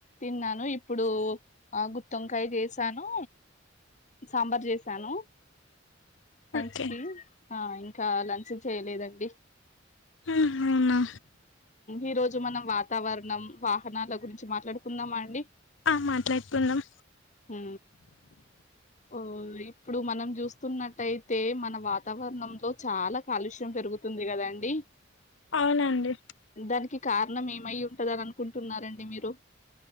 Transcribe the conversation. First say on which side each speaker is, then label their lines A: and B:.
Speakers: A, on the left; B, on the left.
A: తిన్నాను ఇప్పుడు ఆ గుత్తి వంకాయ చేసాను సాంబార్ చేసాను లంచ్
B: ఓకే
A: కి ఆ ఇంకా లంచ్ చేయలేదండి
B: ఉహు అవునా
A: ఈ రోజు మనం వాతావరణం వాహనాల గురించి మాట్లాడుకుందామా అండి
B: ఆ మాట్లాడుకుందాం
A: ఉ ఓ ఇప్పుడు మనం చూస్తున్నట్టయితే మన వాతావరణంలో చాలా కాలుష్యం పెరుగుతుంది కదండి
B: అవునండి
A: దానికి కారణం ఏమై ఉంటంది అని అనుకుంటున్నారండి మీరు